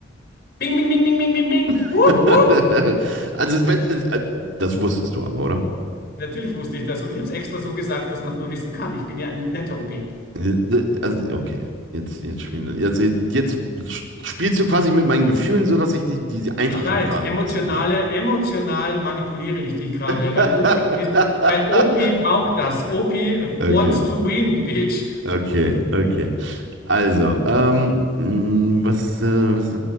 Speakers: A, on the left; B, on the right.
A: Bing, bing, bing, bing, bing, bing, bing.
B: <laughs>
A: Wupp, wupp.
B: Also, wenn, äh, das wusstest du aber, oder?
A: Natürlich wusste ich das und ich habe es extra so gesagt, dass man es nur wissen kann. Ich bin ja ein netter OP.
B: Äh, Also, okay. Jetzt, jetzt spielen, also jetzt spielst du quasi mit meinen Gefühlen, sodass ich die, die, die einfachen
A: Ich weiß,
B: Fragen
A: emotionale,
B: aussuche.
A: emotional manipuliere ich dich gerade,
B: <laughs>
A: weil OP ist, weil OP braucht
B: Okay.
A: das. OP wants
B: Okay.
A: to win, bitch.
B: Okay. Okay. Also, ähm, mh, was, äh, was,